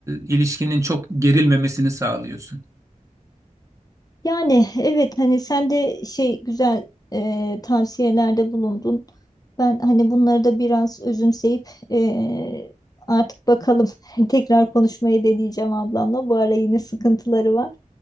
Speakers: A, on the right (about 20°); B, on the left (about 25°).
A: ilişkinin çok gerilmemesini sağlıyorsun.
B: Yani evet hani sen de şey güzel e, tavsiyelerde bulundun. Ben hani bunları da biraz özümseyip e, artık bakalım <laughs> tekrar konuşmayı deneyeceğim ablamla. Bu ara yine sıkıntıları var.